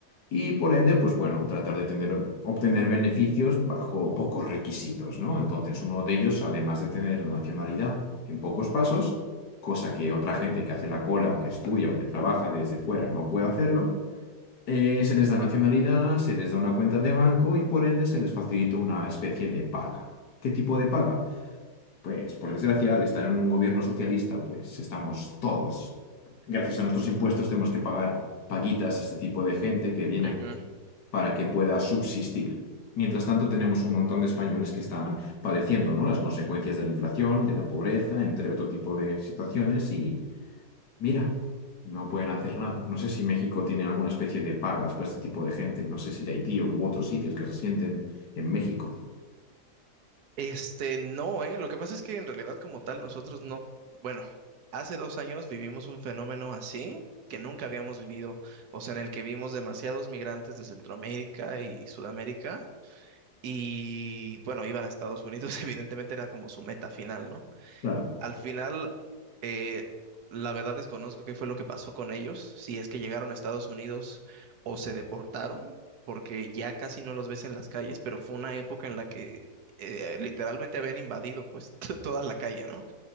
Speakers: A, on the left; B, on the right.
A: Y por ende, pues bueno, tratar de tener, obtener beneficios bajo pocos requisitos, ¿no? Entonces, uno de ellos, además de tener la nacionalidad en pocos pasos, cosa que otra gente que hace la cola o que estudia o que trabaja desde fuera no puede hacerlo, eh, se les da nacionalidad, se les da una cuenta de banco y por ende se les facilita una especie de paga. ¿Qué tipo de paga? Pues por desgracia, al estar en un gobierno socialista, pues estamos todos, gracias a nuestros impuestos, tenemos que pagar paguitas a este tipo de gente que viene
B: ujú.
A: para que pueda subsistir. Mientras tanto, tenemos un montón de españoles que están padeciendo, ¿no? las consecuencias de la inflación, de la pobreza, entre otro tipo de situaciones Mira, no pueden hacer nada. No sé si México tiene alguna especie de pagas para este tipo de gente. No sé si de Haití u otros sitios que se sienten en México.
B: Este, no, eh. Lo que pasa es que en realidad como tal nosotros no, bueno, hace dos años vivimos un fenómeno así que nunca habíamos vivido, o sea, en el que vimos demasiados migrantes de Centroamérica y Sudamérica Y bueno, iban a Estados Unidos, <laughs> evidentemente era como su meta final, ¿no?
A: Claro,
B: Al final, eh, la verdad desconozco qué fue lo que pasó con ellos, si es que llegaron a Estados Unidos o se deportaron, porque ya casi no los ves en las calles, pero fue una época en la que eh, eh, literalmente habían invadido pues <laughs> to- toda la calle, ¿no?